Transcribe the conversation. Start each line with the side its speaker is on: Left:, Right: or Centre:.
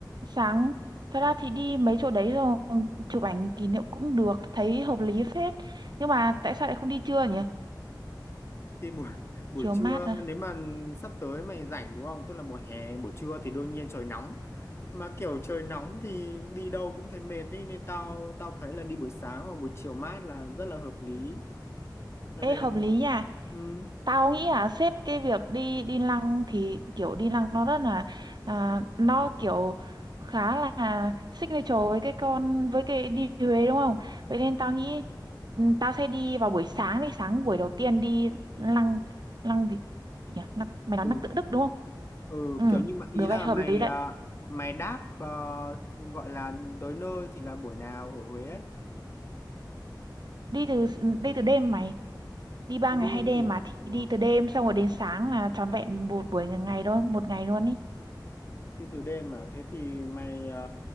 Right: sáng thật ra thì đi mấy chỗ đấy rồi chụp ảnh kỷ niệm cũng được thấy hợp lý phết nhưng mà tại sao lại không đi trưa nhỉ
Left: thì buổi <laughs> buổi
Right: chiều
Left: trưa
Right: mát à
Left: nếu mà sắp tới mày rảnh đúng không tức là mùa hè buổi trưa thì đương nhiên trời nóng mà kiểu trời nóng thì đi đâu cũng thấy mệt ý nên tao tao thấy là đi buổi sáng hoặc buổi chiều mát là rất là hợp lý mày
Right: ê
Left: thấy
Right: hợp
Left: thế
Right: lý
Left: không
Right: nha
Left: ừ
Right: tao nghĩ là xếp cái việc đi đi lăng thì kiểu đi lăng nó rất là à, nó kiểu khá là signature với cái con với cái đi Huế đúng không vậy nên tao nghĩ ừ, tao sẽ đi vào buổi sáng đi sáng buổi đầu tiên đi lăng lăng gì nhỉ lăng, mày nói
Left: ừ
Right: lăng Tự Đức đúng không
Left: ừ
Right: ừ
Left: kiểu như mà ý
Right: được
Left: là
Right: đấy hợp
Left: mày
Right: lý đấy
Left: à, mày đáp ờ, gọi là tới nơi thì là buổi nào ở Huế ấy
Right: đi từ s- đi từ đêm mày đi ba
Left: đêm
Right: ngày hai đêm
Left: thì ở
Right: mà thì
Left: ờ,
Right: đi từ đêm xong rồi đến sáng là trọn vẹn một buổi ngày ngày thôi một ngày luôn ý
Left: đi từ đêm mà thế thì mày ờ,